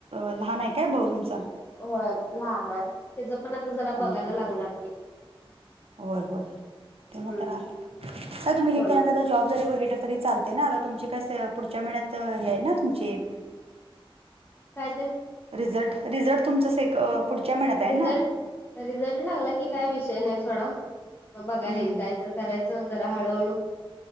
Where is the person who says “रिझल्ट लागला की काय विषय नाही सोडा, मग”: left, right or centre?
Left